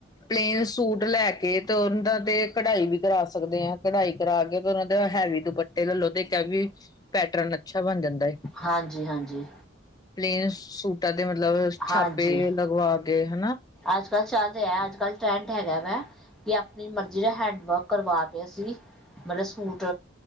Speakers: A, on the left; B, in the centre.
A: ਪਲੇਨ ਸੂਟ ਲੈ ਕੇ ਕੇ ਤੇ ਉਹਨਾਂ ਤੇ ਕਢਾਈ ਵੀ ਕਰਾ ਸਕਦੇ ਆ ਕਢਾਈ ਕਰਾ ਕੇ ਤੇ ਉਹਨਾਂ ਦੇ ਹੈਵੀ ਦੁਪੱਟੇ ਲੈ ਲੋ ਤੇ ਤੇ ਵੀ ਪੈਟਰਨ ਅੱਛਾ ਬਣ ਜਾਂਦਾ ਏ।
B: ਹਾਂਜੀ ਹਾਂਜੀ
A: ਪਲੇਨ ਸੂਟਾਂ ਦੇ ਮਤਲਬ
B: ਹਾਂਜੀ
A: ਛਾਪੇ ਲਗਵਾ ਕੇ ਹੈਨਾ
B: ਅੱਜ ਕੱਲ ਚੱਲ ਰਿਹਾ ਹੈ, ਅੱਜ ਕੱਲ ਹੈਗਾ ਵੈ, ਵੀ ਆਪਾਂ ਆਪਣੀ ਮਰਜ਼ੀ ਦਾ ਹੈਂਡਵਰਕ ਕਰਵਾ ਅਸੀਂ ਬੜੇ ਸੂਟ